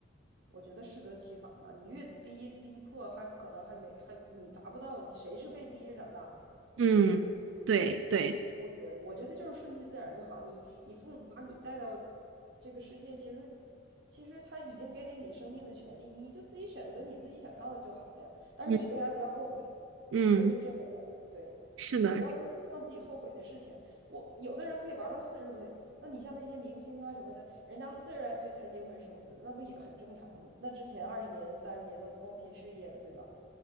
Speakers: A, on the right; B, on the right.
A: 我觉得适得其反嘛，你越逼逼迫，还可能还没还你达不到，谁是被逼着长大的，
B: 嗯，
A: 对不对？
B: 对对，
A: 我觉得，我觉得就是顺其自然就好。你你父母把你带到这个世界，其实其实他已经给了你生命的权利，你就自己选择你自己想要的就好了呀。但是你未来不要后悔。
B: 嗯嗯，
A: 我就这么想，对，
B: 是的，
A: 就不要做让自己后悔的事情。我有的人可以玩到四十岁，那你像那些明星啊什么的，人家四十来岁才结婚生子，那不也很正常吗？那之前二十年、三十年都光拼事业了，对吧？